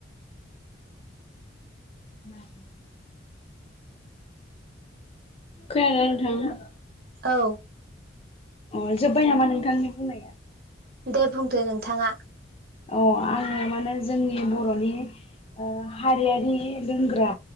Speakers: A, on the left; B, on the right.
A: <inaudible> खोनादोंना नोंथां?
B: औ
A: अ जोबबाय नामा नोंथांनि बुंनाया?
B: दे बुंदो नोंथाङा।
A: आं आङो माने जोंनि बरनि हारियारि लोंग्रा